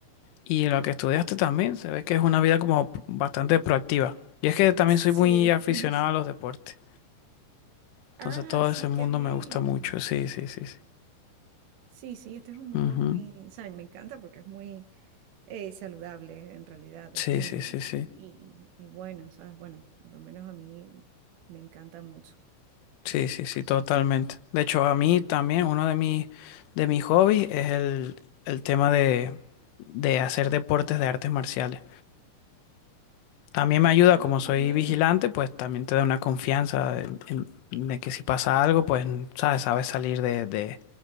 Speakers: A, on the left (about 80°); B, on the right (about 90°).
A: y lo que estudiaste también, se ve que es una vida como bastante proactiva. Y es que también
B: Sí.
A: soy muy aficionado
B: <laughs>
A: a los deportes, entonces
B: Ah,
A: todo
B: sí,
A: ese mundo
B: qué bien.
A: me gusta mucho, sí, sí, sí, sí.
B: Sí, sí, este es un mundo
A: Ujú.
B: muy, o sea, me encanta porque es muy eh, saludable en realidad,
A: Sí,
B: es muy,
A: sí, sí, sí.
B: y, y- y bueno, ¿sabes? Bueno, por lo menos a mí me encanta mucho.
A: Sí, sí, sí, totalmente. De hecho, a mí también uno de mis, de mis hobbies es el, el tema de, de hacer deportes de artes marciales. También me ayuda,
B: Wow,
A: como soy
B: qué bien.
A: vigilante, pues también te da una confianza de, en- de que si pasa algo, pues sabes, sabes salir de, de-